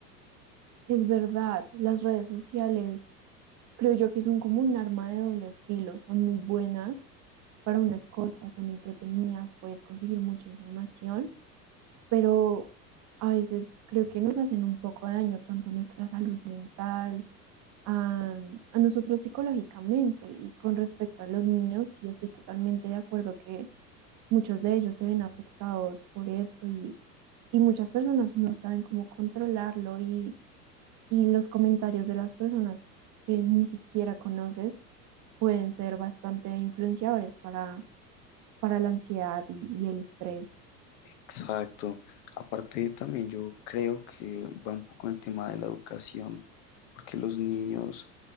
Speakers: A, on the right; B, on the left.
A: Es verdad, las redes sociales creo yo que son como un arma de doble filo, son muy buenas para unas cosas, son entretenidas, puedes conseguir mucha información, pero a veces creo que nos hacen un poco de daño tanto a nuestra salud mental, a, a nosotros psicológicamente y con respecto a los niños, sí estoy totalmente de acuerdo que muchos de ellos se ven afectados por esto y, y muchas personas no saben cómo controlarlo y y los comentarios de las personas que ni siquiera conoces pueden ser bastante influenciadores para, para la ansiedad y, y el estrés.
B: Exacto. Aparte también yo creo que va un poco el tema de la educación, porque los niños,